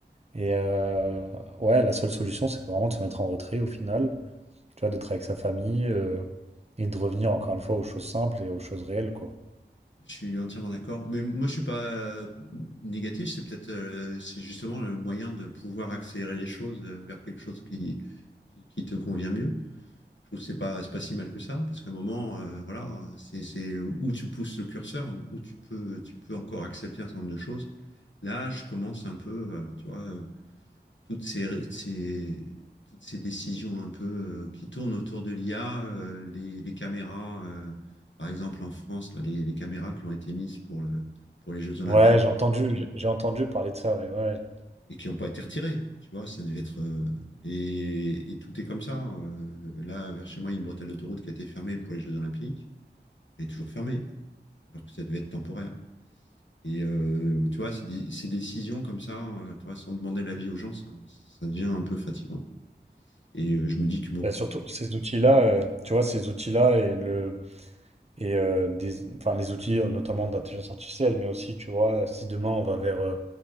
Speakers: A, on the right; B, on the left.
A: Et euh, ouais, la seule solution, c'est vraiment de se mettre en retrait au final. Tu vois, d'être avec sa famille euh, et de revenir encore une fois aux choses simples et aux choses réelles, quoi.
B: Je suis entièrement d'accord. Mais moi, je suis pas euh, négatif. C'est peut-être, euh, c'est justement le moyen de pouvoir accélérer les choses euh, vers quelque chose qui, qui, qui te convient mieux. Je trouve que c'est pas, c'est pas si mal que ça, parce qu'à un moment, euh, voilà, c'est, c'est où tu pousses le curseur, où tu peux, tu peux encore accepter un certain nombre de choses. Là, je commence un peu, euh, tu vois, euh, toutes ces, ces- toutes ces décisions un peu euh, qui tournent autour de l'IA, euh, les, les caméras, euh, par exemple en France, là, les, les caméras qui ont été mises pour le, pour les Jeux Olympiques
A: Ouais, j'ai entendu, j'ai entendu parler de ça. Ouais, ouais.
B: et qui n'ont pas été retirées, tu vois, ça devait être... euh, et, et tout est comme ça. hein. euh, là, vers chez moi, il y a une bretelle d'autoroute qui a été fermée pour les Jeux Olympiques. Elle est toujours fermée, alors que ça devait être temporaire. Et euh, tu vois, ces, dé- ces décisions comme ça, euh, tu vois, sans demander l'avis aux gens, ça, ça devient un peu fatigant, quoi. Et euh, je me dis que bon,
A: Bah, surtout que ces outils-là, euh, tu vois, ces outils-là et le et euh, des, enfin les outils euh, notamment d'intelligence artificielle, mais aussi, tu vois, si demain on va vers euh,